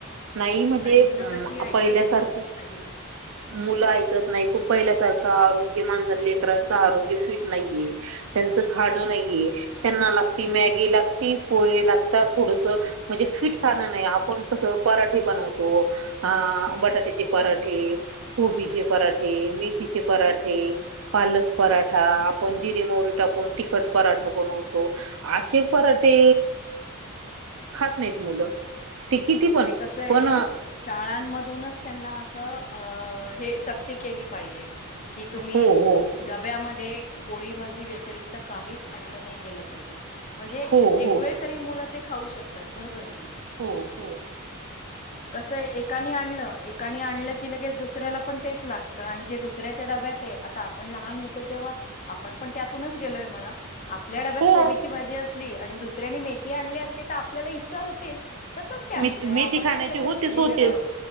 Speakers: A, on the right (about 70°); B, on the left (about 35°).
A: नाही म्हणजे
B: आणि मुलं कशी ऐकत
A: पहिल्यासारखं
B: नाही अजिबात ना
A: मुलं आहेत ऐकत नाही खुप पहिल्यासारख आरोग्य माजर लेकरांच आरोग्य फिट नाहीये त्यांच खान
B: हं,
A: नाहीये, त्यांना लागती
B: हं.
A: मॅगी लाग ती पोहे लागतात थोडस म्हणजे फिट खाणं नाहीये आपण कसं पराठे बनवतो, ह-बटाट्याचे
B: हम्म,
A: पराठे कोबीचे
B: हम्म,
A: पराठे, मेथीचे पराठे
B: बरोबर
A: पालक पराठा
B: हम्म.
A: आपण जिरे, मोहरी टाकून तिखट पराठा बनवतो असे पराठे खात नाहीत मुलं ते किती पण
B: ते कसं आहे
A: पण
B: शाळांमधूनच त्यांना असं अं हे सक्ती केली पाहिजे. की तुम्ही
A: हो हो
B: डब्यामध्ये पोळी भाजी व्यतिरिक्त काहीच आणलं नाही गेलं पाहिजे. म्हणजे
A: हो हो
B: एक वेळ तरी मुलं ते खाऊ शकतात बरोबर आहे कनी.
A: हो-हो,
B: कसं एकाने आणलं एकाने आणलं की लगेच दुसऱ्याला पण तेच लागतं आणि जे दुसऱ्याच्या डब्यात आहे आता आपण लहान होतो तेव्हा आपण पण त्यातूनच गेलोय म्हणा आपल्यां डब्यांत
A: हो
B: कोबीची भाजी असली आणि दुसऱ्यांनी मेथी आणली असली तरं आपल्यांला ईच्छा होतेचं तसंच त्यांचं
A: मेथी मेथी
B: आपणं
A: खाण्याची
B: त्यांच्यातून
A: होतेच
B: गेलेल्या
A: होतेच